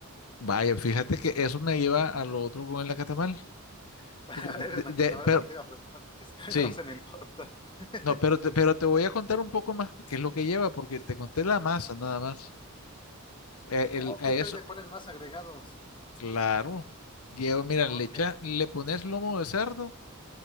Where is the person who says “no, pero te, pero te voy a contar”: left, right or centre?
Left